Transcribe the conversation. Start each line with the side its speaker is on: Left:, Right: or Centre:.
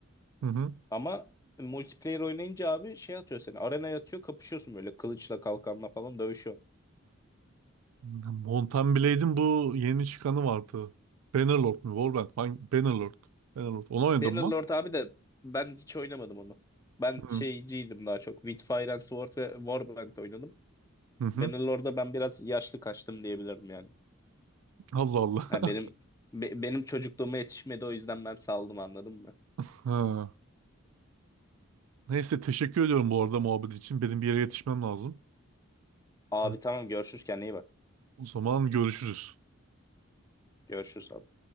Right: hı.
Left: Ama multiplayer oynayınca abi şey atıyor seni. Arenaya atıyor kapışıyorsun böyle kılıçla kalkanla falan dövüşüyor.
Right: Mountain Blade'in bu yeni çıkanı vardı. Bannerlord mu? Warband. Hangi? Bannerlord. Bannerlord. Onu oynadın
Left: Bannerlord
Right: mı?
Left: abi de ben hiç oynamadım onu. Ben
Right: Hı.
Left: şeyciydim daha çok. With Fire and Sword ve Warband oynadım.
Right: Hı hı.
Left: Bannerlord'da ben biraz yaşlı kaçtım diyebilirim yani.
Right: Allah Allah.
Left: Ha, benim
Right: <laughs>
Left: be- benim çocukluğuma yetişmedi o yüzden ben saldım anladın mı?
Right: Ha. Neyse teşekkür ediyorum bu arada muhabbet için. Benim bir yere yetişmem lazım.
Left: Abi
Right: Evet.
Left: tamam görüşürüz kendine iyi bak.
Right: O zaman görüşürüz.
Left: Görüşürüz abi.